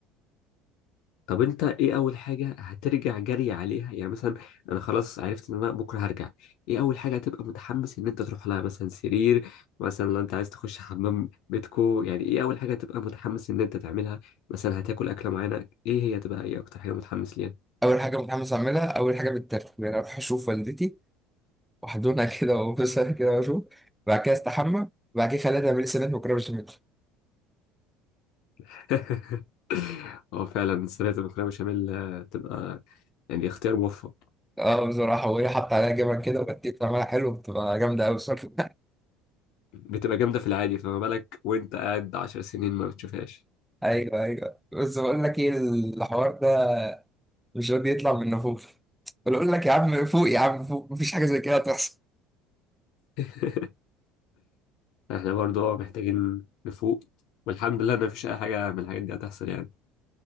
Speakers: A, on the left; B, in the centre.
A: طب أنت إيه أول حاجة هترجع جري عليها يعني مثلا أنا خلاص عرفت إن أنا بكرة هرجع إيه أول حاجة هتبقى متحمس إن أنت تروح لها مثلا سرير مثلا لو أنت عايز تخش حمام بيتكو يعني إيه أول حاجة هتبقى متحمس إن أنت تعملها مثلا هتاكل أكلة معينة إيه هي تبقى إيه أكتر حاجة متحمس ليها
B: اول حاجه متحمس اعملها اول حاجه بالترتيب يعني اروح اشوف والدتي واحضنها <laughs> كده وابوسها كده واشوف بعد كده استحمى بعد كده خليها تعمل لي سنات مكرونه بشاميل
A: <laughs> هو فعلا سلطة المكرونة بشاميل آه، تبقى يعني اختيار موفق
B: اه بصراحة وهي حط عليها جبن كده وبتبقى بتعملها حلو بتبقى جامدة أوي بصراحة <laughs>
A: بتبقى جامدة في العادي فما بالك وانت قاعد عشر سنين ما بتشوفهاش
B: أيوه أيوه بس بقول لك إيه الحوار ده مش راضي يطلع من نفوف بقول لك يا عم فوق يا عم فوق مفيش حاجة زي كده تحصل
A: <laughs> احنا برضو اه محتاجين نفوق والحمد لله ان مفيش اي حاجة من الحاجات دي هتحصل يعني